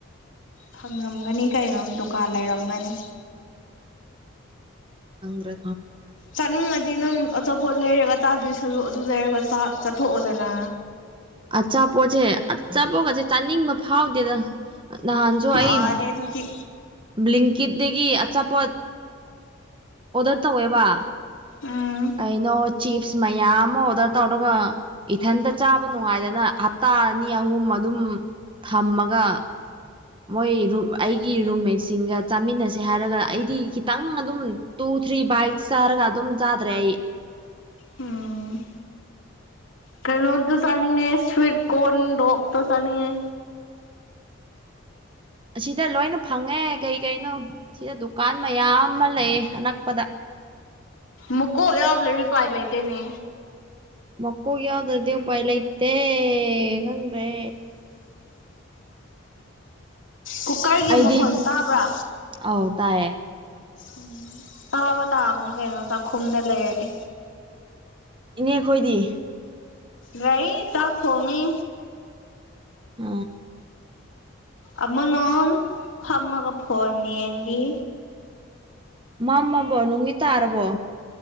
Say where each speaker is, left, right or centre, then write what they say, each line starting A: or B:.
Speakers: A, on the left (about 65°); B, on the right (about 25°).
A: ꯐꯪꯔꯝꯒꯅꯤ ꯀꯩꯅꯣ ꯗꯨꯀꯥꯟ ꯂꯩꯔꯝꯒꯅꯤ
B: ꯑꯪ꯭ꯔ
A: ꯆꯅꯤꯡꯪ ꯑꯗꯤ ꯅꯪ ꯑꯆꯥꯄꯣꯠ ꯂꯩꯔꯒ ꯆꯥꯗꯣꯏ ꯁꯔꯨꯛ ꯑꯗꯨ ꯂꯩꯔꯒ ꯆꯠꯊꯣꯛꯑꯣꯗꯅ
B: ꯑꯆꯥꯄꯣꯠꯁꯦ ꯑꯆꯥꯄꯣꯠꯀꯁꯦ ꯆꯥꯅꯤꯡꯕ ꯐꯥꯎꯗꯦꯗ ꯅꯍꯥꯟꯁꯨ
A: ꯐꯔꯦ
B: ꯑꯩ
A: ꯑꯗꯨꯗꯤ
B: ꯕ꯭ꯂꯤꯡꯀꯤꯠꯇꯒꯤ ꯑꯆꯥꯄꯣꯠ ꯑꯣꯗꯔ ꯇꯧꯋꯦꯕ
A: ꯎꯝ
B: ꯀꯩꯅꯣ ꯆꯤꯞꯁ ꯃꯌꯥꯝ ꯑꯃ ꯑꯣꯗꯔ ꯇꯧꯔꯒ ꯏꯊꯟꯇ ꯆꯥꯕ ꯅꯨꯡꯉꯥꯏꯗꯅ ꯍꯞꯇꯥ ꯑꯅꯤ ꯑꯍꯨꯝ ꯑꯗꯨꯝ ꯊꯝꯃꯒ ꯃꯣꯏ ꯑꯩꯒꯤ ꯔꯨꯝꯃꯦꯠꯁꯤꯡꯒ ꯆꯥꯃꯤꯟꯅꯁꯦ ꯍꯥꯏꯔꯒ ꯑꯩꯗꯤ ꯈꯤꯇꯪ ꯑꯗꯨꯝ ꯇ ꯄꯨꯨꯊ꯭ꯔꯤ ꯕꯥꯏꯛ ꯆꯥꯔꯒ ꯑꯗꯨꯝ ꯆꯥꯗ꯭ꯔꯦ ꯑꯩ
A: ꯑꯝ ꯀꯩꯅꯣꯗ ꯆꯅꯤꯡꯉ ꯐꯔ ꯀꯣꯣꯟꯣꯛ ꯇ ꯆꯅꯤꯉ
B: ꯑꯁꯤꯗ ꯂꯣꯏꯅ ꯐꯪꯉꯦ ꯀꯩ ꯀꯩꯅꯣ ꯑꯁꯤꯗ ꯗꯨꯀꯥꯟ ꯃꯌꯥꯝ ꯑꯃ ꯂꯩꯌꯦ ꯁꯅꯛꯄꯗ
A: ꯃꯀꯣꯕꯔꯤ ꯄꯥꯏ ꯂꯩꯇꯅꯦ
B: ꯑꯣꯈꯣꯒ ꯌꯥꯎꯗꯗꯤꯦ ꯎ ꯄꯥꯏ ꯂꯩꯇꯦ ꯈꯪ꯭ꯔꯦ
A: ꯀꯨꯀꯔꯒꯤ
B: ꯑꯩꯗꯤ
A: ꯃꯈꯣꯟ ꯇꯥꯕ꯭ꯔꯥ
B: ꯑꯧ ꯇꯥꯏꯌꯦ
A: ꯎꯝ ꯍꯥꯥꯕ ꯇ ꯍꯥꯅꯤ ꯀꯩꯅꯅ ꯆꯈꯨꯗ ꯂꯩꯗꯤ
B: ꯏꯅꯦꯈꯣꯏꯗꯤ
A: ꯔꯏ ꯇꯥꯛ ꯍꯣꯡꯉꯦ
B: ꯑ
A: ꯑꯃ ꯅ ꯐꯃ ꯀ ꯐꯣꯔꯅꯤ ꯑꯦꯗꯤ
B: ꯃꯥ ꯃꯥꯕꯣ ꯅꯣꯡꯃꯤꯠ ꯇꯥꯔꯕꯣ